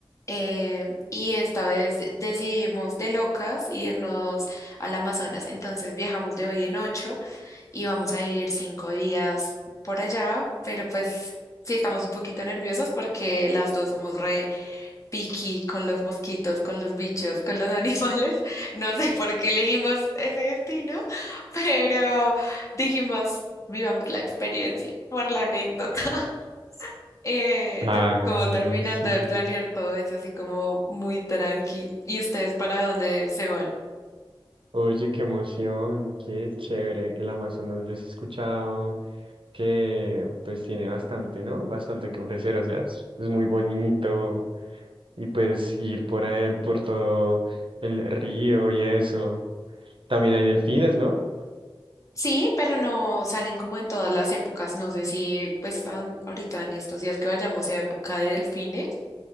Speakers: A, on the left; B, on the right.
A: eh, y esta vez decidimos de locas irnos al Amazonas. Entonces viajamos de hoy en ocho y vamos a ir cinco días por allá, pero pues sí estamos un poquito nerviosas porque las dos somos re picky con los mosquitos, con los bichos, con los animales. <laughs> No sé por qué elegimos ese destino, pero dijimos, vivamos la experiencia por la anécdota. Eh,
B: Ay,
A: entonces, como
B: no,
A: terminando
B: sí.
A: de planear todo es así como muy tranqui. ¿Y ustedes para dónde se van?
B: Oye, qué emoción, qué chévere. El Amazonas yo sí he escuchado que pues tiene bastante, ¿no? Bastante que ofrecer, o sea, es, es muy bonito y pues ir por él, por todo el río y eso. También hay delfines, ¿no?
A: Sí, pero no salen como en todas las épocas. No sé si pues an- ahorita en estos días que vayamos a época de delfines,